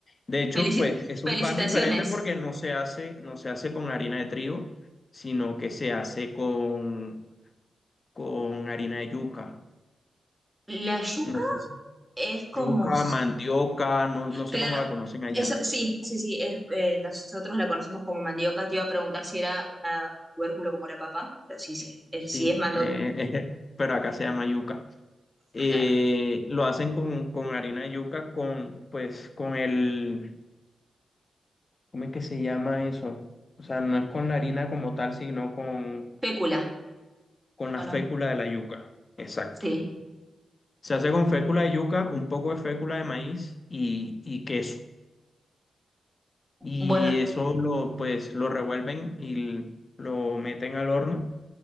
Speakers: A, on the left (about 40°); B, in the centre.
A: De hecho,
B: Felicit-
A: pues es
B: felicitaciones.
A: un pan diferente porque no se hace, no se hace con harina de trigo, sino que se hace con, con harina de yuca.
B: La yuca
A: No sé si-
B: es como
A: yuca, mandioca, no, no sé
B: Claro,
A: cómo la conocen allá.
B: eso sí, sí, sí, es, eh, nosotros la conocemos como mandioca. Te iba a preguntar si era un tubérculo como la papa, pero sí, sí, eh,
A: Sí,
B: sí es mando,
A: eh, <laughs> pero acá se llama yuca. Eh,
B: claro.
A: lo hacen con, con harina de yuca, con, pues, con el, ¿cómo es que se llama eso? O sea, no es con la harina como tal, sino con
B: Pécula,
A: Con la
B: ¿o
A: fécula
B: no?
A: de la yuca, exacto.
B: Sí.
A: Se hace con fécula de yuca, un poco de fécula de maíz y, y queso. Y
B: Bueno,
A: eso lo, pues, lo revuelven y l- lo meten al horno